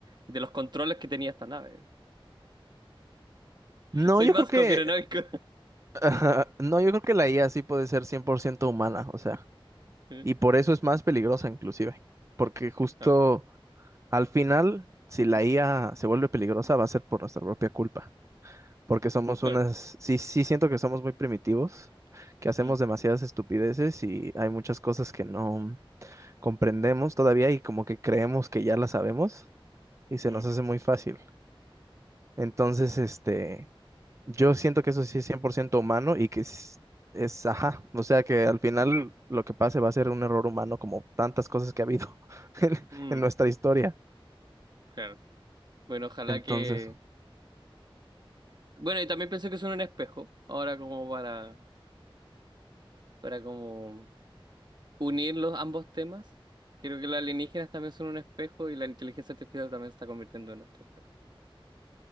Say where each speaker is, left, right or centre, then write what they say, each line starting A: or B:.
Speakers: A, on the right; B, on the right.
A: de los controles que tenía esta nave. <laughs>
B: No,
A: Soy
B: yo
A: más
B: creo que,
A: conspiranoico.
B: <laughs> no, yo creo que la IA sí puede ser 100% humana, o sea.
A: <laughs>
B: Y por eso es más peligrosa inclusive, porque justo
A: Ah,
B: al final, si la IA se vuelve peligrosa, va a ser por nuestra propia culpa, porque somos
A: claro.
B: unas, sí, sí siento que somos muy primitivos, que hacemos
A: Mm,
B: demasiadas estupideces y hay muchas cosas que no comprendemos todavía y como que creemos que ya las sabemos y se
A: mm,
B: nos hace muy fácil. Entonces, este, yo siento que eso sí es 100% humano y que es, es, ajá, o sea que al final lo que pase va a ser un error humano como tantas cosas que ha habido <laughs> en,
A: mm, mm,
B: en nuestra historia.
A: claro. Bueno, ojalá
B: Entonces,
A: que Bueno, y también pensé que son un espejo, ahora como para, para como unir los ambos temas. Creo que los alienígenas también son un espejo y la inteligencia artificial también se está convirtiendo en nuestro espejo.